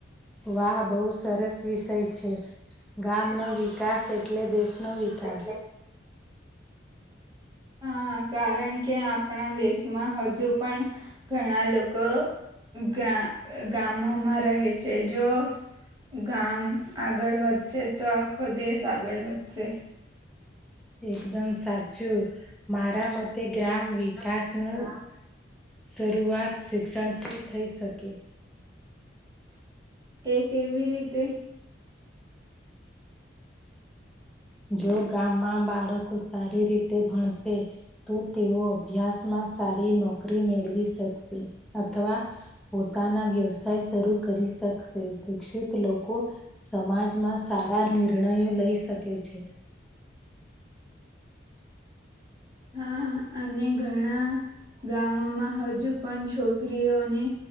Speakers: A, in the centre; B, on the right.
A: વાહ બહુ સરસ વિષય છે ગામનો વિકાસ એટલે દેશનો વિકાસ.
B: એટલે હા કારણ કે આપણા દેશમાં હજુ પણ ઘણા લોકો ગા ગામોમાં રહે છે જો ગામ આગળ વધશે તો આખો દેશ આગળ વધશે.
A: એકદમ સાચ હમ મારા મતે ગ્રામ વિકાસ નું શરૂઆત શિક્ષણથી થઈ શકે.
B: એ કેવી રીતે
A: જો ગામમાં બાળકો સારી રીતે ભણશે તો તેઓ અભ્યાસમાં સારી નોકરી મેળવી શકશે અથવા પોતાના વ્યવસાય શરૂ કરી શકશે શિક્ષિત લોકો સમાજમાં સારા નિર્ણયો લઈ શકે છે. <inaudible>
B: હા અને ઘણા ગામોમાં હજુ પણ છોકરીઓને